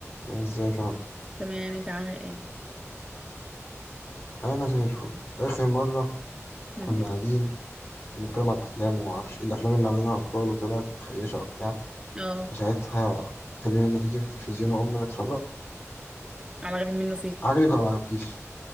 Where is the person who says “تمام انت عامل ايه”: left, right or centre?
Right